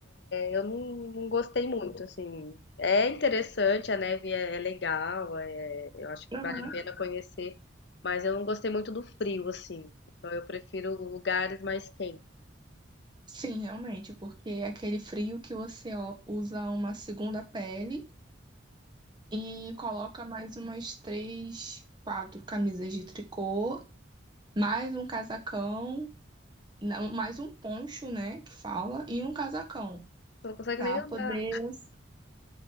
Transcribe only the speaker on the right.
Aham.
Sim, realmente, porque é aquele frio que você ó, usa uma segunda pele e coloca mais umas três, quatro camisas de tricô, mais um casacão, não, mais um poncho, né, que fala, e um casacão,
pra
poder você